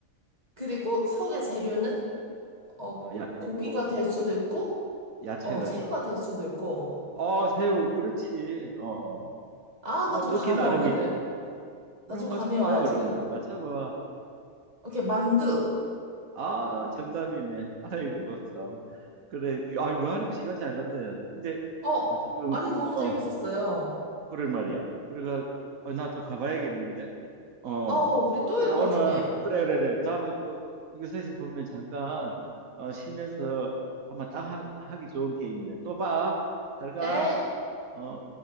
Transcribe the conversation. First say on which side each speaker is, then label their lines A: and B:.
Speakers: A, on the right; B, on the right.
A: 그리고 속의 재료는, 어,
B: 어, 야, 이-
A: 고기가
B: 뭐, 꼭
A: 될 수도
B: 꼭
A: 있고,
B: 야채가
A: 어, 새우가
B: 될 수도
A: 될
B: 있고.
A: 수도 있고.
B: 어, 새우, 그렇지. 어, 어.
A: 아,
B: 뭐,
A: 나 좀
B: 넣기
A: 감이
B: 나름이지.
A: 오는데요?
B: 물
A: 나 좀
B: 한번
A: 감이
B: 쳐봐,
A: 와요,
B: 그러면.
A: 지금.
B: 맞춰봐.
A: 오케이, 만두.
B: 아, 정답이네. <laughs> 아이고, 참. 그래. 아, 이거 하니까 시간 잘 간다, 야. 근데,
A: 어,
B: 아, 지금,
A: 아니, 너무
B: 어,
A: 재밌었어요.
B: 그럴 말이야. 그래가, 아, 나 또 가봐야겠는데. 어,
A: 어, 우리 또
B: 그래,
A: 해요,
B: 오늘,
A: 나중에.
B: 그래, 그래, 그래. 다음에 또, 휴게소에서 보면 잠깐, 어, 쉬면서 한번 딱 하, 하기 좋은 게임이네. 또 봐. 잘 가.
A: 네.
B: 어.